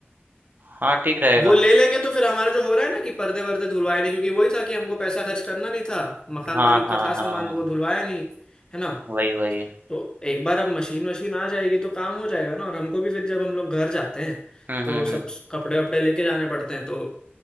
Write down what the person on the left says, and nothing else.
वो ले लेंगे तो फिर हमारा जो हो रहा है ना कि पर्दे वर्दे धुलवाए नहीं क्योंकि वही था कि हमको पैसा खर्च करना नहीं था मकान
मालिक
का था
सामान
वो धुलवाया नहीं है ना
तो एक बार अब मशीन वशीन आ जाएगी तो काम हो जाएगा ना और हमको भी फिर जब हम लोग घर जाते हैं
तो
सब
कपड़े वपड़े लेके जाने पड़ते हैं तो